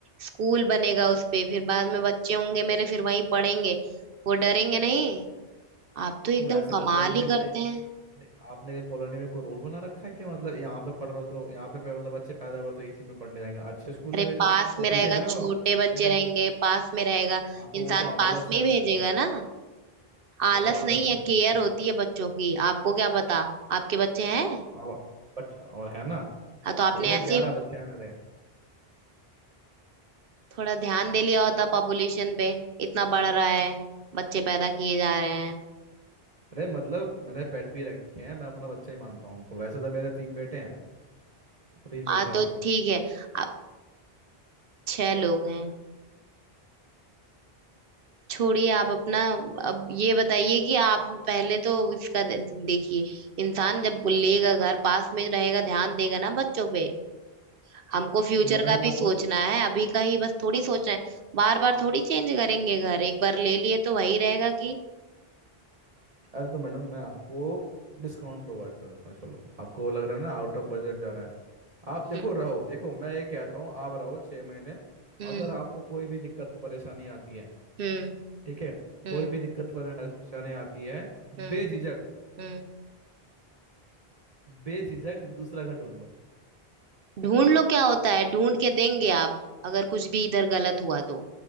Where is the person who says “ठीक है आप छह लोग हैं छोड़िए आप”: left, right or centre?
Right